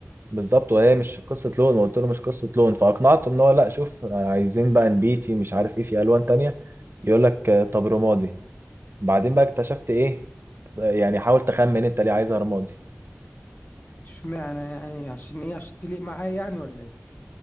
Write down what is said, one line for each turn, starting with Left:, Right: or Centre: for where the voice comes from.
Right: بالظبط وهي مش قصه لون وقلت له مش قصه لون فاقنعته ان هو لا شوف عايزين بقى نبيتي مش عارف ايه في الوان تانية يقول لك آه، طب رمادي بعدين بقى اكتشفت ايه يعني حاول تخمن انت ليه عايزها رمادي
Left: اشمعنى يعني عشان ايه عشان تليق معايا يعني ولا ايه